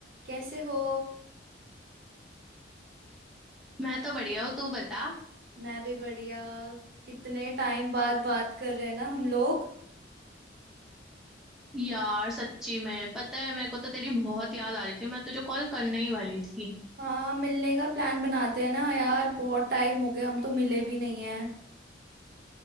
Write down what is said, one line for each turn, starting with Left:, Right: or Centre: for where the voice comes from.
Right: कैसे हो
Centre: मैं तो बढ़िया हूँ तू बता
Right: मैं भी बढ़िया कितने टाइम बाद बात कर रहे हैं ना हम लोग
Centre: यार सच्ची में पता है मेरे को तो तेरी बहुत याद आ रही थी मैं तुझे कॉल करने ही वाली थी
Right: हाँ मिलने का प्लान बनाते हैं ना यार बहुत टाइम हो गया हम तो मिले भी नहीं है